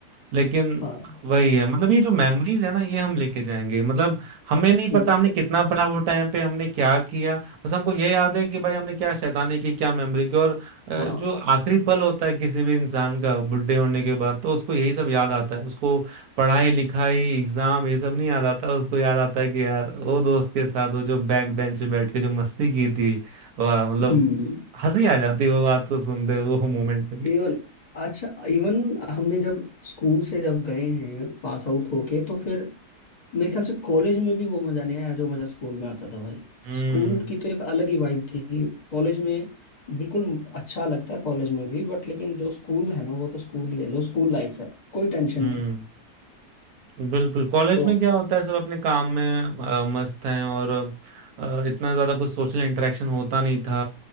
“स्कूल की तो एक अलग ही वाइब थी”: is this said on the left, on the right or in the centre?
Left